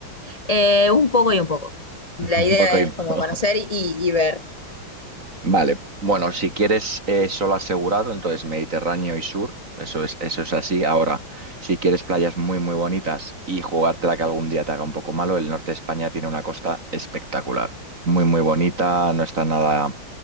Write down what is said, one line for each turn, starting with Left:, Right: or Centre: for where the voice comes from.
Left: Eh, un poco y un poco. La
Right: <laughs>
Left: idea
Right: Un poco y
Left: es
Right: un poco.
Left: como conocer y, y ver.
Right: Vale, bueno, si quieres eh, solo asegurado, entonces Mediterráneo y sur, eso es, eso es así. Ahora, si quieres playas muy, muy bonitas y jugártela que algún día te haga un poco malo, el norte de España tiene una costa espectacular, muy, muy bonita, no está nada